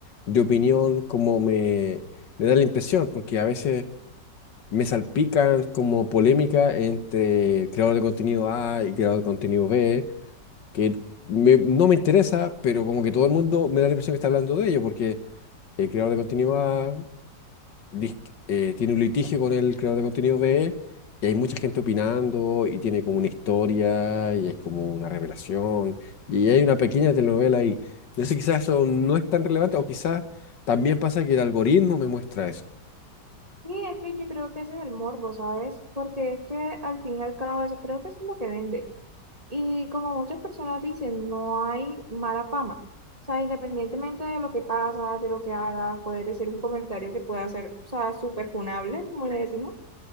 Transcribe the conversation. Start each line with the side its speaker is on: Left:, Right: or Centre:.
Left: de opinión como me, me da la impresión, porque a veces me salpican como polémica entre creador de contenido A y creador de contenido B, que me- no me interesa, pero como que todo el mundo me da la impresión que está hablando de ello, porque el creador de contenido A dis- eh, tiene un litigio con el creador de contenido B y hay mucha gente opinando y tiene como una historia y hay como una revelación y hay una pequeña telenovela ahí. Entonces quizás eso no es tan relevante o quizás también pasa que el algoritmo me muestra eso.
Right: sí es que yo creo que ese es el morbo, ¿sabes? Porque es que al fin y al cabo, eso, creo que eso es lo que vende. Y como muchas personas dicen, no hay mala fama. O sea, independientemente de lo que pasa, de lo que haga, puede ser un comentario que pueda ser, o sea, súper funable, como le decimos.